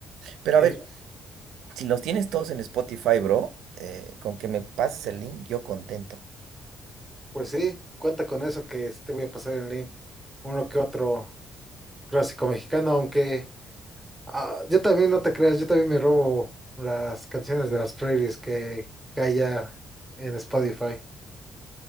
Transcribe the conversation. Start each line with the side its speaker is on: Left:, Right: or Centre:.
Right: Pero
Centre: Y,
Right: a ver. Si los tienes todos en Spotify, bro, eh, con que me pases el link, yo contento.
Centre: pues sí, cuenta con eso que sí te voy a pasar en link, uno que otro clásico mexicano, aunque. Ah, yo también, no te creas, yo también me robo las canciones de las playlists que, que hay ya en Spotify.